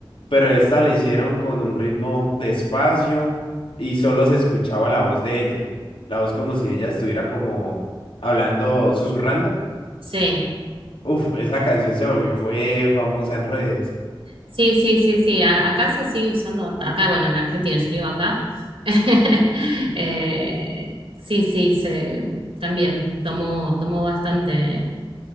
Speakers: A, on the left; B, on the right.
A: pero esta la hicieron con un ritmo despacio y solo se escuchaba la voz de ella, la voz como si ella estuviera como hablando, susurrando
B: Sí.
A: Uf, esa canción se volvió, fue famosa en redes.
B: Sí, sí, sí, sí. a- Acá se sigue usando bastante. Acá, bueno, en Argentina, yo digo acá. <laughs> Eh, sí, sí, se, también tomó, tomó bastante